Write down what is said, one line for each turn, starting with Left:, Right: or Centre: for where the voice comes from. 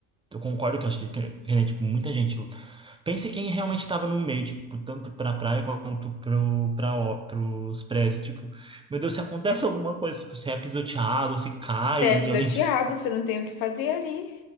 Right: Eu concordo que eu acho que, que, que, né, tipo, muita gente. Pense quem realmente estava no meio, tipo, tanto pra praia quanto pro, pra, ó, pros prédios. Tipo, meu Deus, se acontece alguma coisa, tipo, se é pisoteado, se cai,
Left: Você é
Right: e
Left: pisoteado,
Right: alguém pensa.
Left: você não tem o que fazer ali.